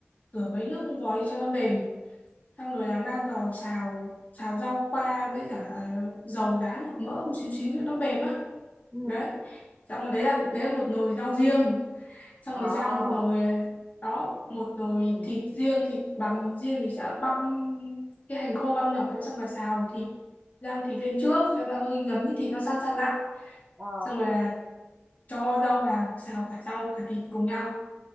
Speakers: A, on the left; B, on the right.
A: rửa mấy nước vò đi cho nó mềm xong rồi là mang vào xào xào rau qua với cả à, dầu rán hoặc mỡ một xíu xíu nữa nó mềm á
B: ừ
A: đấy xong rồi đấy là đấy là một nồi rau riêng xong
B: à
A: rồi sang một nồi ờ, đó một nồi
B: ừ.
A: thịt riêng thịt bằm riêng
B: ừ
A: thì sẽ băm cái hành khô băm nhỏ ra xong rồi xào thịt rang thịt lên trước cho nó hơi ngấm cái thịt nó săn săn lại
B: Ờ,
A: xong rồi là cho rau vào xào cả rau cả thịt cùng nhau